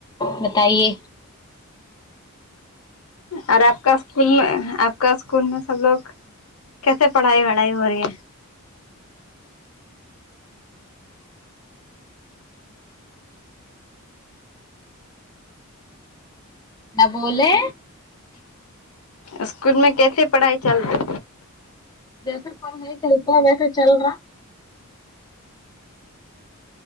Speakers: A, on the left (about 20°); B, on the left (about 70°).
A: بتایے
B: اور آپ کا اسکول میں آپ کا اسکول میں سب لوگ کیسے پڑھائی وڑھائی ہو رہی ہے
A: نہ بولے
B: اسکول میں کیسے پڑھائی چل رہی
A: جیسے پڑھائی چلتا ہے ویسے چل را